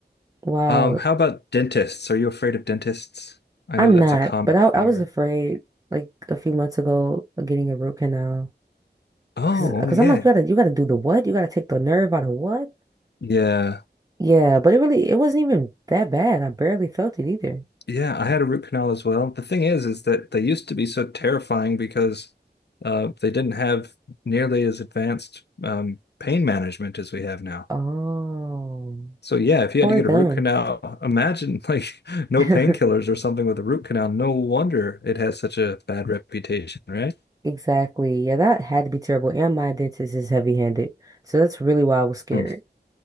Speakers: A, on the right; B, on the left.
A: Wow,
B: Um, how about dentists? Are you afraid of dentists? I
A: I'm
B: know that's
A: not,
B: a common
A: but I I
B: fear.
A: was afraid like a few months ago of getting a root canal
B: Oh,
A: because because
B: yeah.
A: I'm like you gotta you gotta do the what? You gotta take the nerve out of what?
B: Yeah.
A: Yeah, but it really it wasn't even that bad. I barely felt it either.
B: Yeah, I had a root canal as well. The thing is, is that they used to be so terrifying because uh, they didn't have nearly as advanced um, pain management as we have now.
A: Oh,
B: So yeah, if you
A: poor
B: had to get
A: them.
B: a root canal, imagine like <laughs> no
A: <laughs>
B: painkillers or something with a root canal. No wonder it has such a bad reputation, right?
A: Exactly. Yeah, that had to be terrible. And my dentist is heavy-handed, so that's really why I was scared.
B: Oh,